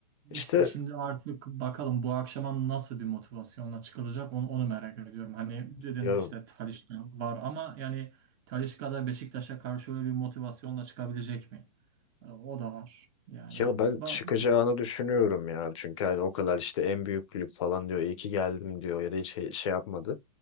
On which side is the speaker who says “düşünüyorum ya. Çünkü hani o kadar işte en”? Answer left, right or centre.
Left